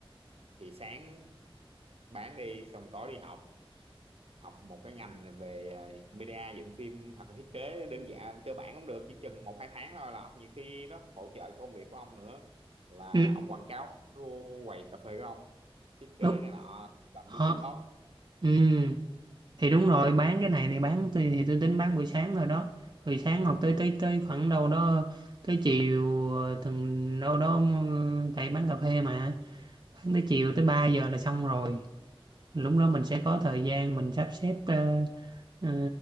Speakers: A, on the right; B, on the right.
A: thì sáng bán đi xong tối đi học học một cái ngành về ờ, media dựng phim hoặc là thiết kế đơn giản cơ bản cũng được chỉ chừng một hai tháng thôi là ông nhiều khi nó hỗ trợ công việc của ông nữa là
B: ừ
A: ông quảng cáo cái quầy cà phê của ông thiết kế
B: đúng
A: này nọ làm
B: ờ
A: biết TikTok
B: ừ thì đúng rồi bán cái này thì bán tôi thì tôi tính bán buổi sáng rồi đó buổi sáng hoặc
A: ừ.
B: tới tới tới khoảng đâu đó tới chiều ờ, từng đâu đó ờ, tại bán cà phê mà bán
A: Ừ.
B: tới chiều tới 3 giờ là xong rồi lúc
A: Ừ.
B: đó mình sẽ có thời gian mình sắp xếp ờ, ờ,